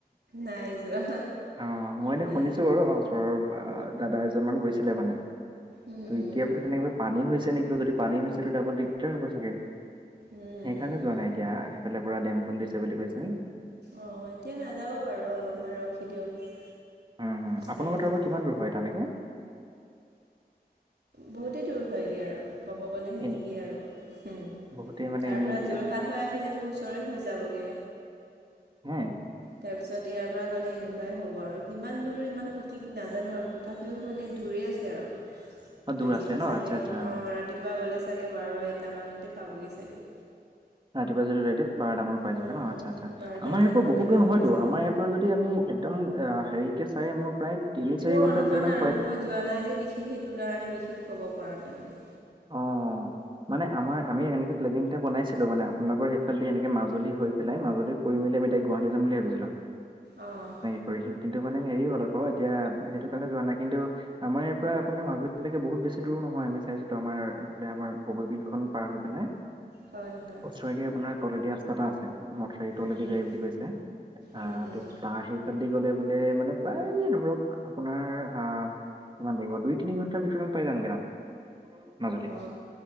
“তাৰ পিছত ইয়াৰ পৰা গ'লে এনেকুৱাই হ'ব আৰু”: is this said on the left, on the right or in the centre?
Right